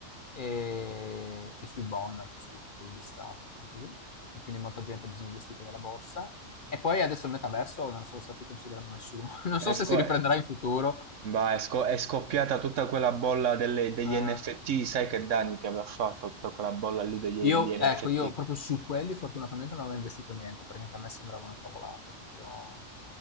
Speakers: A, on the left (about 45°); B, on the right (about 70°).
A: e, e sui bond, anche sui titoli di Stato, cose così, e quindi molta gente ha disinvestito dalla borsa. E poi adesso il metaverso non so se lo sta più considerando nessuno. <laughs> Non
B: è,
A: so
B: sco-
A: se si riprenderà
B: è-
A: in futuro.
B: va, è sco- è scoppiata tutta quella bolla delle- degli
A: eh.
B: NFT, sai che danni che aveva fatto tutta quella bolla lì degli,
A: Io
B: degli NFT?
A: ecco, io proprio su quelli fortunatamente non avevo investito niente, perché anche a me sembrava una cavolata, proprio